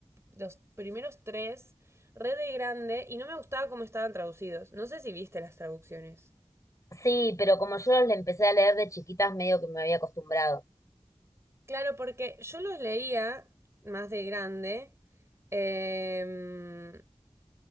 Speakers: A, on the right; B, on the left.
A: los primeros tres, re de grande, y no me gustaba cómo estaban traducidos. No sé si viste las traducciones.
B: sí, pero como yo los empecé a leer de chiquitas, medio que me había acostumbrado.
A: Claro, porque yo los leía más de grande em,